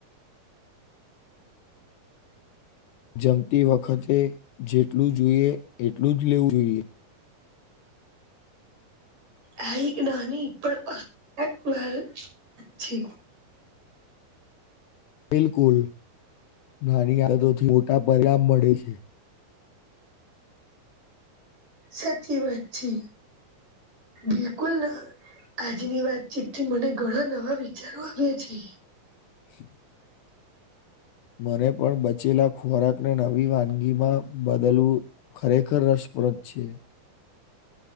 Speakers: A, on the left (about 75°); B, on the right (about 55°).
A: જમતી વખતે જેટલું જોઈએ એટલું જ લેવું જોઈએ
B: આ એક નાની પણ પરફેક્ટ વાત છે.
A: બિલકુલ નાની આદતોથી મોટા પરિણામ મળે છે.
B: સાચી વાત છે. બિલકુલ ના આજની વાતચીત થી મને ઘણા નવા વિચારો આવ્યા છે.
A: <inaudible> મને પણ બચેલા ખોરાક ને નવી વાનગીમાં બદલવું. ખરેખર રસપ્રદ છે.